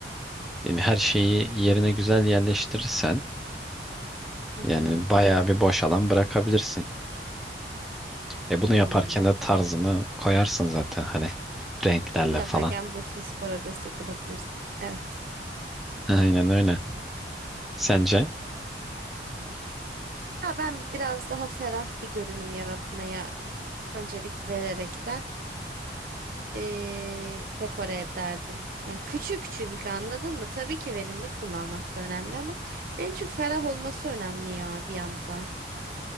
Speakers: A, in the centre; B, on the right.
A: yani her şeyi yerine güzel yerleştirirsen
B: Hı
A: yani
B: hı.
A: bayağı bir boş alan bırakabilirsin. E bunu yaparken
B: Hmm.
A: de tarzını koyarsın zaten hani renklerle
B: Bunu yaparken
A: falan.
B: Bursaspor'a destek olabilirsin. Evet.
A: <laughs> Aynen öyle. Sence?
B: Ya ben biraz daha ferah bir görünüm yaratmaya öncelik vererekten eee, dekore ederdim. Yani küçük çünkü anladın mı? Tabii ki verimli kullanmak da önemli ama benim için ferah olması önemli ya bir yandan.